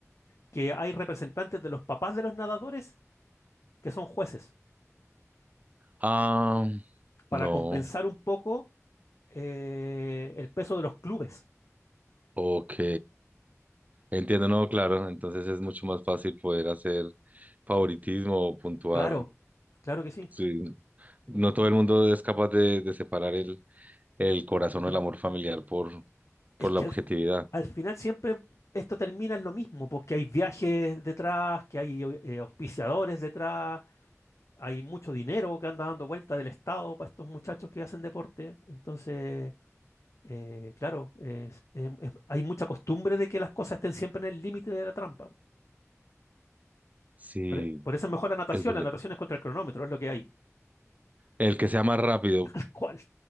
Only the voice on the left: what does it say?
que hay representantes de los papás de los nadadores que son jueces,
para
compensar un poco eh, el peso de los clubes.
Claro, claro que sí.
Es que
al, al final siempre esto termina en lo mismo, porque hay viajes detrás, que hay eh, auspiciadores detrás, hay mucho dinero que anda dando vuelta del Estado para estos muchachos que hacen deporte. Entonces, eh, claro, es- em- em- hay mucha costumbre de que las cosas estén siempre en el límite de la trampa.
Por, e- por eso es mejor la natación,
la natación es contra el cronómetro, es lo que hay.
<laughs> ¿Cuál?